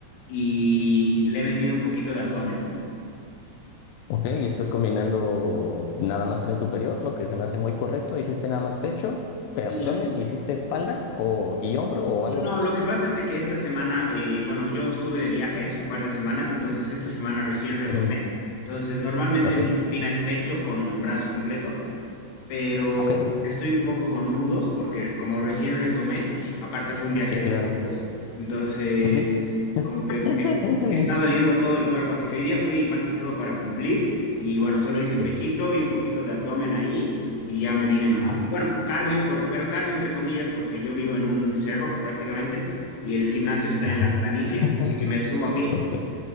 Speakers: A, on the left; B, on the left.
A: y le he metido un poquito de abdomen.
B: Ok, y estás combinando nada más tren superior, lo que se me hace muy correcto. ¿Hiciste nada más pecho, eh,
A: Y
B: abdomen,
A: ya.
B: hiciste espalda o, y hombro o
A: no,
B: algo más?
A: lo que pasa es de que esta semana, eh, bueno, yo estuve de viaje hace un par de semanas, entonces esta semana recién retomé.
B: Ujú.
A: Entonces, normalmente
B: Ok,
A: mi rutina es pecho con brazo completo, pero
B: ok,
A: como que estoy un poco con nudos porque como recién retomé, aparte fue un viaje
B: sí,
A: de
B: claro.
A: excesos, entonces
B: Ujú.
A: como que
B: <laughs>
A: me, me
B: Muy-
A: está doliendo todo el cuerpo, así que hoy día fui más que todo para cumplir y bueno, solo hice pechito
B: sí.
A: y un poquito de abdomen ahí y ya me vine nomás.
B: Ah,
A: Y bueno, cardio, por, pero cardio entre comillas porque yo vivo en un cerro prácticamente y el gimnasio está
B: <laughs>
A: en la planicie, así que me subo a pie,
B: ok.